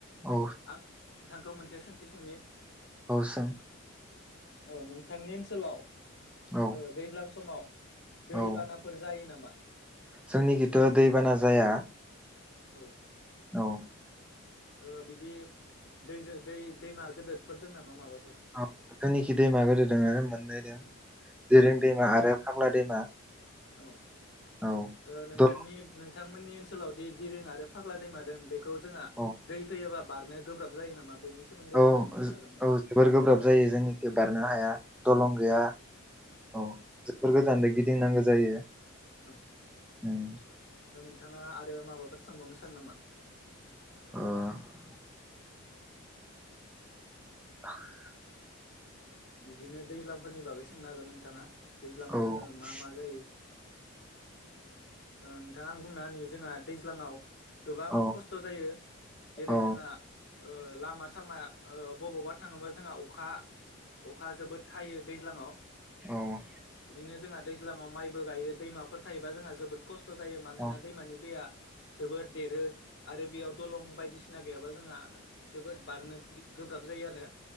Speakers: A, in the centre; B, on the left.
A: औ
B: आं नोंथांखौ मोनसे सोंथि सोंनि?
A: औ सों
B: औ नोंथांनि ओनसोलाव
A: औ
B: ओ दैज्लां समाव दैबानाफोर
A: औ
B: जायो नामा
A: जोंनि खिथ' दैबाना जाया
B: औ
A: औ
B: ओ बिदि दैजो दै दैमा गदोरफोर दं नामा माबाफोर
A: अ जोंनिखि दैमा गोदोर दङ मोनैदों जेरें
B: औ
A: दैमा आरो फाग्ला दैमा
B: औ
A: औ
B: ओ नोंथांनि
A: दल
B: नो बिथांमोननि ओनसोलाव दि दिरों आरो फाग्ला दैमादोंङो बेखौ जोंहा
A: औ
B: दै फैयोबा बारनो गोब्राब जायो नामा? बेनि सोमोन्दै
A: औ
B: बुंनानै होनो हागोन नामा?
A: औ जोबोर गोब्राब जायो जेनिखि बारनो हाया दलं गैया
B: औ
A: औ जोबोर गोजानै गिदिंनांगौ जायो
B: औ
A: ओम
B: दा नोंथाङा आरो माबाफोर सोंबावनो सानो नामा
A: औ <inaudible>
B: बिदिनो दैज्लांफोरनि बागै सोंनो हागोन नोंथाङा दैज्लाङाव
A: औ
B: जोङो मा मा जायो ओ नोंथाङा आं बुंना होनि जोंहा दैज्लाङाव गोबां
A: औ
B: खस्थ' जायो जेरै
A: औ
B: जोंहा ओ लामा सामा ओ बबावबा थाङोबा जोंहा अखा अखा जोबोद हायो दैज्लाङाव
A: औ
B: बिदिनो जोंहा दैज्लाङाव माइबो गायो दैमाफोर थायोबा जोंहा जोबोद खस्थ' जायो मानोना
A: औ
B: दैमानि दैया जोबोद देरो आरो बेयाव दलं बायदिसिना गैयाबा जोंहा जोबोद बारनो दिग गोब्राब जायो आरो